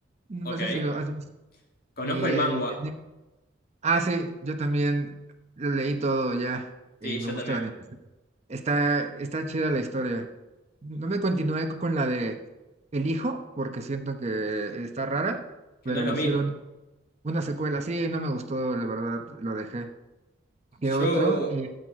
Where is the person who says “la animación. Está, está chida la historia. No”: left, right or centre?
Right